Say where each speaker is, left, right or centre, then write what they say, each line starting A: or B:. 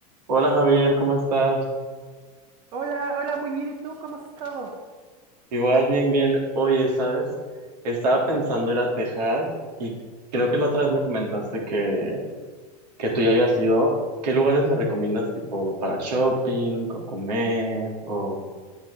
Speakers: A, on the right; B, on the right.
A: Hola Javier, ¿cómo estás?
B: Hola, hola, muy bien. ¿Y tú cómo has estado?
A: Igual, bien, bien. Oye, ¿sabes? Estaba pensando ir a Texas y creo que la otra vez me comentaste que, que tú ya habías ido. ¿Qué lugares me recomiendas tipo para shopping o comer o